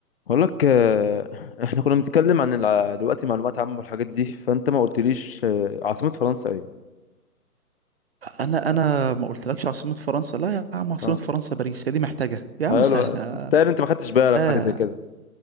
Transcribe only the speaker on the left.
بقول لك آه، احنا كنا بنتكلم عن الع- دلوقتي معلومات عامة والحاجات دي فانت ما قلتليش آه، عاصمة فرنسا ايه
اه
حلو
بس انت تقريبا انت ما خدتش بالك
حاجة زي كده